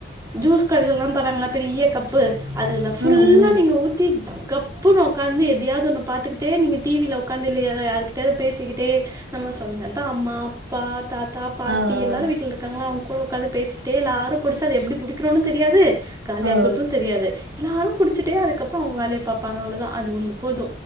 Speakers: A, on the right; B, on the right.
A: ஜூஸ் கலுகெல்லா தராங்களா பெரிய கப்பு அதுல ஃபுல்லா
B: ம் ம்
A: நீங்க ஊத் தி கப்புனு உக்கா ந்து எதையாது ஒன்னு பாத்துக்கிட்டே நீங்க டி வி யில உட்காந்து இல்லைய யாருக்கிட்டாது பேசிக்கிட்டே நம்ம சொன்ந்த தா அம்மா அப்பா தாத் தா பாட்டி
B: ஆ ஆ
A: எல்லாரு வீட்டுல இருக்காங்களா அவங் கூட உக்காந்து பேசிகிட்டே எல்லாரு குடிச்சா அத எப்படி குடிக்கறோனு தெரியாது காலிய
B: ஓ
A: ஆக்குறது தெரியாது எல்லாரு குடிச்சுட்டே அதுக்கப் றோ அவங்க வேலைய பாப்பாங்க அவ்வளோதா அது ஒன்னு போது